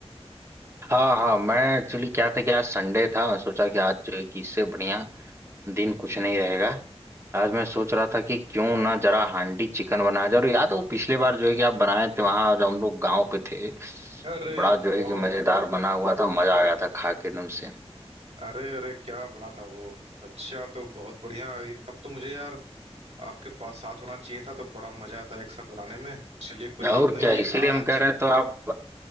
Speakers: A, on the right; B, on the right.
A: हाँ हाँ मैं एक्चुअली क्या था कि आज संडे था मैं सोचा कि आज जो है कि इससे बढ़िया दिन कुछ नहीं रहेगा आज मैं सोच रहा था कि क्यों ना जरा हांडी चिकन बनाया जाए और याद हो पिछले बार जो है कि आप बनाए थे वहां जब हम लोग गांव पे थे
B: अरे
A: बड़ा जो
B: बाप
A: है कि मजेदार
B: रे
A: बना हुआ था मजा आ गया था खा के एकदम से
B: अरे अरे क्या बना था वो अच्छा तो बहुत बढ़िया ये तब तो मुझे यार आपके पास साथ होना चाहिए था तो बड़ा मजा आता एक साथ बनाने में चलिए कोई
A: और
B: बात नहीं
A: क्या इसीलिए
B: आज
A: हम कह रहे हैं तो आप